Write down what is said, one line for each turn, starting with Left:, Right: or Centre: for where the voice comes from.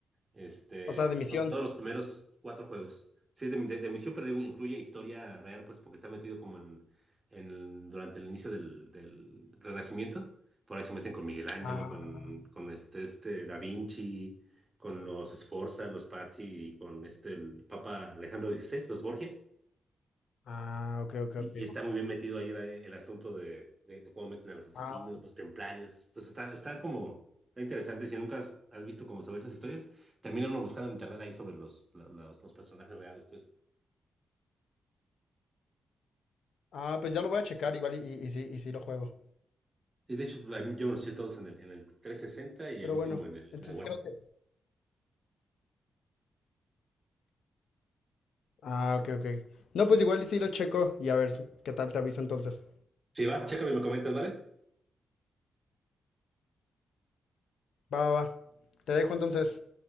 Right: Este,
Left: O sea, de misión.
Right: son todos los primeros cuatro juegos. Sí, es de, de- de misión, pero incluye historia real, pues porque está metido como en, en el- durante el inicio del, del Renacimiento. Por ahí se meten con Miguel Ángel,
Left: Ah,
Right: con, con este, este Da Vinci, con los Sforza, los Pazzi y con este, el Papa Alejandro XVI, los Borgia.
Left: ah, ok, ok,
Right: Y,
Left: ok.
Right: y está muy bien metido ahí el, el asunto de, de- de cómo meten a los asesinos,
Left: Ah,
Right: los templarios. Entonces está, está como, está interesante. Si nunca has, has visto cómo se ve esas historias, termina uno buscando en internet ahí sobre los, la- los, los personajes reales, pues.
Left: ah, pues ya lo voy a checar igual y, y, y sí, y sí lo juego.
Right: Sí, de hecho, a mí- yo me los eché todos en el, en el 360 y
Left: Pero
Right: el último
Left: bueno,
Right: en el,
Left: entonces
Right: en el One.
Left: creo que... Ah, ok, ok. No, pues igual y sí lo checo y a ver si- qué tal te aviso entonces.
Right: Sí, va, chécalo y me comentas, ¿vale?
Left: Va, va, va. Te dejo entonces.